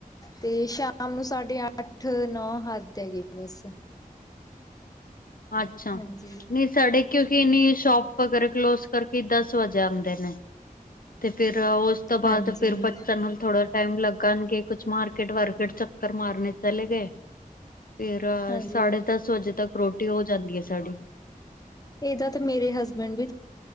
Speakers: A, on the left; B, on the left.
A: 'ਤੇ ਸ਼ਾਮ ਨੂੰ ਸਾਢੇ ਅੱਠ, ਨੌ ਹੱਦ ਹੈ ਗੀ ਬੱਸ।
B: ਅੱਛਾ,
A: ਹਾਂਜੀ
B: ਨੀ ਸਾਡੇ ਕਿਉਂਕਿ ਇੰਨੀ ਸ਼ੋਪ ਵਗੈਰਾ ਕਲੋਜ ਕਰਕੇ ਦਸ ਵਜੇ ਆਂਦੇ ਨੇ। 'ਤੇ ਫੇਰ ਉਸ ਤੋਂ ਬਾਅਦ
A: ਹਾਂਜੀ
B: ਫਿਰ ਬੱਚਿਆਂ ਨਾਲ ਥੋੜਾ ਟਾਈਮ ਲੱਗਾਣਗੇ ਕੁਛ ਮਾਰਕਿਟ ਵਾਰਕਿਟ ਚੱਕਰ ਮਾਰਨੇ ਚਲੇ ਗੇ। ਫੇਰ
A: ਹਾਂਜੀ
B: ਸਾਢੇ ਦਸ ਵਜੇ ਤੱਕ ਰੋਟੀ ਹੋ ਜਾਂਦੀ ਐ ਸਾਡੀ।
A: ਏਦਾ ਤਾਂ ਮੇਰੇ ਹਸਬੈਂਡ ਵੀ